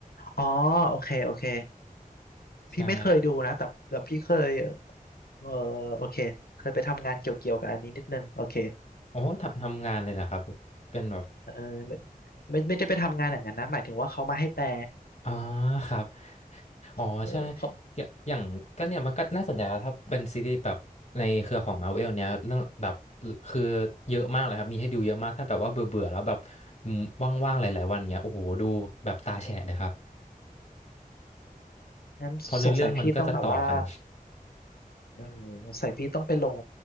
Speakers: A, on the left (about 85°); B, on the left (about 45°).
A: อ๋อโอเคโอเคพี่ไม่เคยดูนะแต่แต่พี่เคย
B: ใช่
A: เออโอเคเคยไปทำงานเกี่ยวเกี่ยวกับอันนี้นิดนึงโอเค
B: โอ้ทำทำงานเลยเหรอครับเป็นแบบ
A: เออไม่ไม่ไม่ได้ไปทำงานอย่างนั้นนะหมายถึงว่าเขามาให้แปล
B: อ๋อครับอ๋อใช่
A: เออเขา
B: อย่าอย่างก็เนี่ยมันก็น่าสนใจครับถ้าเป็นซีรีส์แบบในเครือของ Marvel เนี่ยเรื่องแบบคือเยอะมากเลยครับมีให้ดูเยอะมากถ้าแบบว่าเบื่อเบื่อแล้วแบบอืมว่างๆหลายๆวันเงี้ยโอ้โหดูแบบตาแฉะเลยครับ
A: งั้นสงสัยพี่ต้องแบบว่า
B: เพราะเนื้อเรื่องมันก็จะต่อกัน
A: เออสงสัยพี่ต้องไปลง